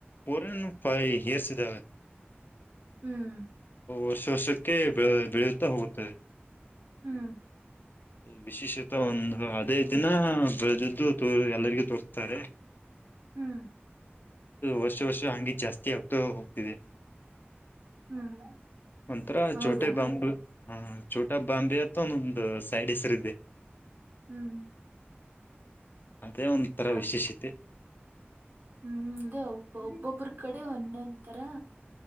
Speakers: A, on the left; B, on the right.
A: ಪರನ್ ಪಾಯ ಹೆಸಿದ.
B: ಹ್ಮ್
A: ವರ್ಷ ವರ್ಷಕ್ಕೆ ಬೆ ಬೆಳೆಯುತ್ತಾ ಹೋಗುತ್ತದೆ.
B: ಹ್ಮ್
A: ವಿಶೇಷತಾ ಒಂದು ಅದೇ ದಿನ ಬೆಳೆದದ್ದು. ಎಲ್ಲರಿಗೂ ತೋರ್ತಾರೆ
B: ಹ್ಮ್
A: ವರ್ಷ ವರ್ಷ ಹಂಗಿ ಜಾಸ್ತಿ ಆಗ್ತಾ ಹೋಗ್ತಿದೆ.
B: ಹ್ಮ್
A: ಒಂತರ
B: ಹೌದಾ
A: ಚೋಟಾ ಬಾಂಬೂ ಹ ಚೋಟ ಬಾಂಬೆ ಮಂದೊಂದು ಸೈಡ್ ಹೆಸರ.
B: ಹ್ಮ್
A: ಅದೇ ಒಂಥರ
B: ಹ
A: ವಿಶೇಷತೆ.
B: ಹ್ಮ್ ಅದೇ ಒಬ್ಬ ಒಬ್ಬೊಬ್ರ ಕಡೆ ಒಂದೊಂತರ.